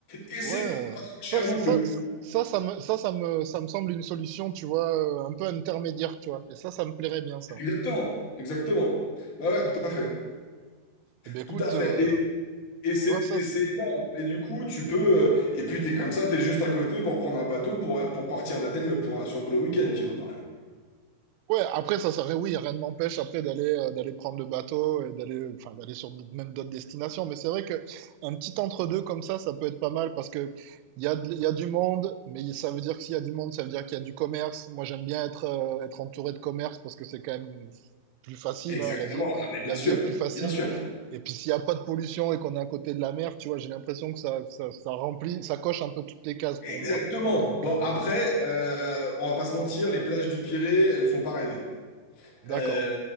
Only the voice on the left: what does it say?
Et
c'est
pas trop
cher
non plus.
Exactement, exactement. Ouais, ouais, tout à fait.
Tout à fait.
Et, et c'est
et c'est énorme. Et du coup, tu peux. euh, et puis, t'es comme ça, t'es juste à côté pour prendre un bateau pour, pour partir d'Athènes le, pour, sur le week-end, tu vois, par exemple.
Exactement.
Non, mais bien
sûr.
Bien sûr.
Exactement.
Bon,
après, euh, on va pas se mentir, les plages du Pirée, elles font pas rêver.
Euh,